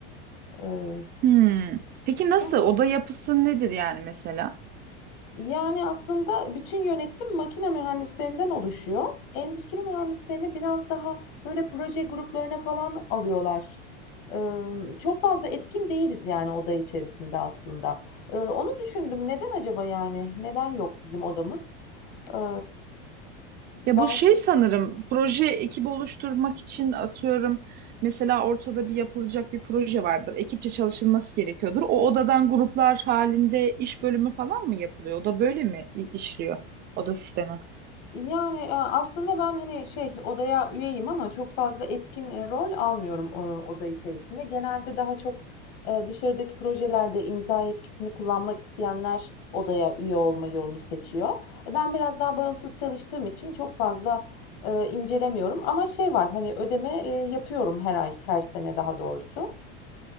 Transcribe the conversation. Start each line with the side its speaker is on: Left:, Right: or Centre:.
Left: Eee,
Right: Hmm. Peki nasıl?
Left: çok
Right: Oda yapısı nedir yani mesela?
Left: Yani, aslında bütün yönetim makine mühendislerinden oluşuyor. Endüstri mühendislerini biraz daha, böyle, proje gruplarına falan alıyorlar. Emm, çok fazla etkin değiliz, yani, oda içerisinde aslında. Eee, onu düşündüm. Neden acaba, yani? Neden yok bizim odamız? Eee,
Right: Ya
Left: belki
Right: bu şey sanırım proje ekibi oluşturmak için atıyorum. Mesela ortada bir yapılacak bir proje vardır. Ekipçe çalışılması gerekiyordur. O odadan gruplar halinde iş bölümü falan mı yapılıyor? O da böyle mi i- işliyor? Oda sistemi.
Left: Yani, eee, aslında ben, hani, şey, odaya üyeyim ama çok fazla etkin, eee, rol almıyorum, ooo, oda içerisinde. Genelde daha çok, eee, dışarıdaki projelerde imza yetkisini kullanmak isteyenler odaya üye olma yolunu seçiyor. E, ben biraz daha bağımsız çalıştığım için çok fazla, eee, incelemiyorum ama şey var, hani, ödeme, eee, yapıyorum her ay, her sene daha doğrusu.